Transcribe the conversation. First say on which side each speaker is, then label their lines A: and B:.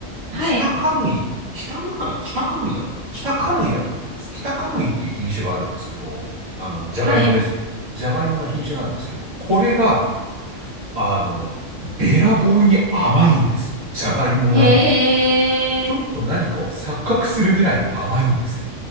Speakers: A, on the right; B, on the right.
A: はい。
B: 北カムイ、北向かい、北カムイだったかな北カムイだと思います。北カムイっていう品種があるんですけど、あの、ジャガイモですよ。
A: はい。
B: ジャガイモの品種なんですけど、これが、あの、べらぼうに甘いんですよ。ジャガイモなのに。
A: へえ。
B: ちょっと何かを錯覚するぐらいに甘いんですよ。